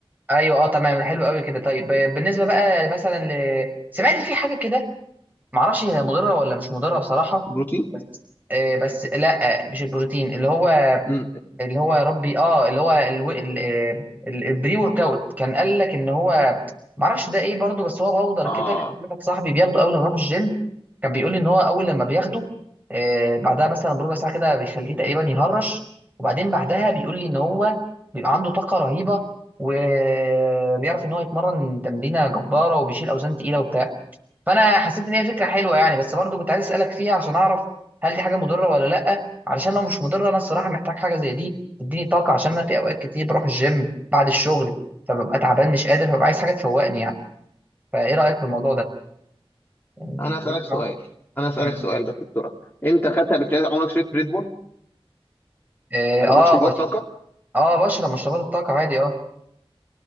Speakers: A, on the right; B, on the left.
A: ايوه اه تمام حلو قوي كده طيب آه، بالنسبه بقى مثلا ل... سمعت في حاجه كده معرفش هي مضره ولا مش مضره بصراحه
B: بروتين
A: بس آه بس لا مش البروتين اللي هو
B: امم
A: اللي هو يا ربي اه اللي هو الو- ال- آه، ال- البري ورك اوت كان قال لك ان هو معرفش ده ايه برضه بس هو باودر
B: اه
A: كده كان في واحد صاحبي بياخده اول ما يروح الجيم كان بيقول لي ان هو اول لما بياخده آه بعدها مثلا بربع ساعه كده بيخليه تقريبا يهرش وبعدين بعدها بيقول لي ان هو بيبقى عنده طاقه رهيبه وبيعرف ان هو يتمرن تمرينه جباره وبيشيل اوزان تقيله وبتاع فانا حسيت ان هي فكره حلوه يعني بس برضو كنت عايز اسالك فيها عشان اعرف هل دي حاجه مضره ولا لا علشان لو مش مضره انا الصراحه محتاج حاجه زي دي تديني طاقه عشان انا في اوقات كتير بروح الجيم بعد الشغل فببقى تعبان مش قادر فببقى عايز حاجه تفوقني يعني فايه رايك في الموضوع ده يعني
B: انا اسالك
A: ينفع
B: سؤال انا اسالك
A: مم.
B: سؤال بس بسرعه انت خدت قبل كده عمرك شربت ريد بول
A: اه آه،
B: او مشروبات
A: بش...
B: طاقه
A: اه بشرب مشروبات الطاقه عادي اه